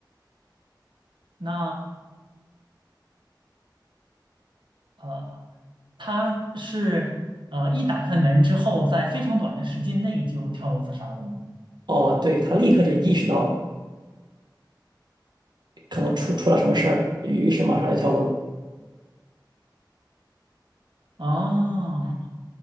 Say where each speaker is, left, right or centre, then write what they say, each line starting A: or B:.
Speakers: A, on the right; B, on the right.
A: 那呃，他是呃一打开门之后，在非常短的时间内就跳楼自杀了吗？
B: 哦，对，他立刻就意识到了，可能出出了什么事儿，于是马上就跳楼了。
A: 哦，